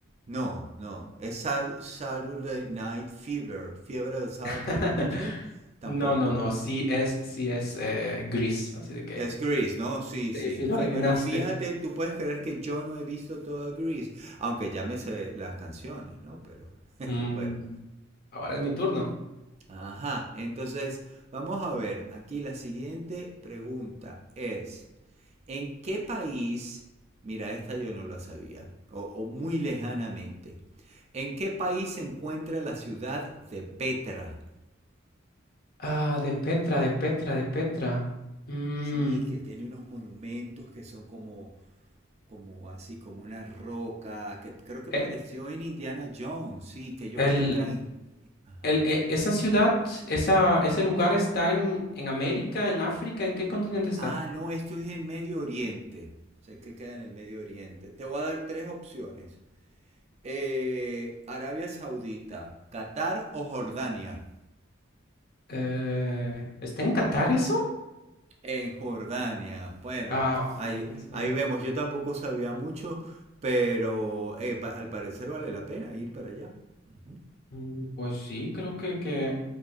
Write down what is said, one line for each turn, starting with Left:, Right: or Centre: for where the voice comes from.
Right: No, no. ¿Es Sat- Saturday Night Fever? ¿Fiebre del sábado
Left: <laughs>
Right: por la noche? Tampoco.
Left: No, no, no, sí es, sí es eh, gris, así de que
Right: Es Grease, ¿no? Sí, sí.
Left: sí, sí lo
Right: Fí-
Left: adivinaste.
Right: bueno, fíjate, tú puedes creer que yo no he visto toda Grease, aunque ya me sé las canciones, ¿no? Pero <laughs>
Left: Mm,
Right: bueno.
Left: ahora es mi turno.
Right: Ajá, entonces vamos a ver, aquí la siguiente pregunta es, ¿en qué país, mira, esta yo no la sabía, o, o muy lejanamente, ¿en qué país se encuentra la ciudad de Petra?
Left: Ah, de Petra, de Petra, de Petra. Mm,
Right: Sí, que tiene unos monumentos que son como como así, como una roca, que creo que
Left: eh,
Right: pareció en Indiana Jones, sí, que ellos
Left: el,
Right: entran. Ajá.
Left: el, eh, esa ciudad, esa, ese lugar está en, en América, en África, ¿en qué continente está?
Right: Ah, no, esto es en Medio Oriente. Sé que queda en el Medio Oriente. Te voy a dar tres opciones. Eh, Arabia Saudita, Qatar o Jordania.
Left: Eh, ¿está en Qatar eso?
Right: En Jordania. Bueno,
Left: Ah,
Right: ahí,
Left: en serio.
Right: ahí vemos. Yo tampoco sabía mucho, pero eh, pa- al parecer vale la pena ir para allá. Ujú.
Left: Mm, pues sí, creo que, que